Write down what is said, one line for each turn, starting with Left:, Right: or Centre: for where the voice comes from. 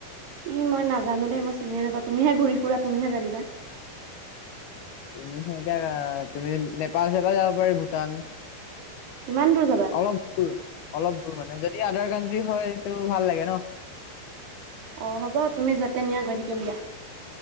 Right: ই মই নাজানো দেই মই চিনি নাপাও তুমিহে ঘূৰি ফুৰা তুমিহে জানিবা।
Left: তুমি সিহঁতৰ তুমি নেপাল চেপাল যাব পাৰি ভূটান।
Right: ইমান দূৰ যাবা।
Left: অলপ দূৰ অলপ দূৰ মানে যদি আদাৰ কাণ্ট্ৰি হয়তটো ভাল লাগে ন
Right: অঁ হ'ব তুমি য'তে নিয়া গৈ থাকিম দিয়া।